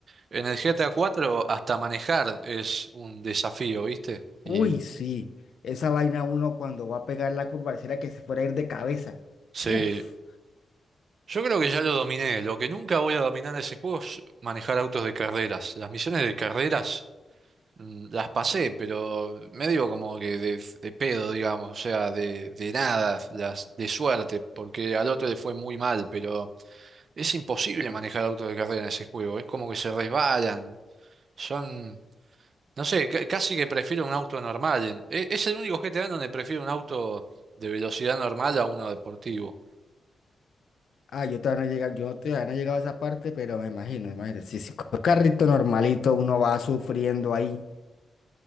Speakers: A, on the right; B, on the left.
A: En el GTA cuatro hasta manejar es un desafío, ¿viste? Y
B: Uy, sí, esa vaina uno cuando va a pegar la curva, pareciera que se fuera a ir de cabeza.
A: sí,
B: Uf.
A: yo creo que ya lo dominé. Lo que nunca voy a dominar en ese juego es manejar autos de carreras. Las misiones de carreras Mm, Las pasé, pero medio como que de, de pedo, digamos, o sea, de, de nada, las, de suerte, porque al otro le fue muy mal, pero es imposible manejar autos de carrera en ese juego, es como que se resbalan, son, no sé, ca- casi que prefiero un auto normal, en- e- es, el único GTA en donde prefiero un auto de velocidad normal a uno deportivo.
B: Ah, yo todavía no he llegado, yo todavía no he llegado a esa parte, pero me imagino, me imagino. Si, si con un carrito normalito uno va sufriendo ahí.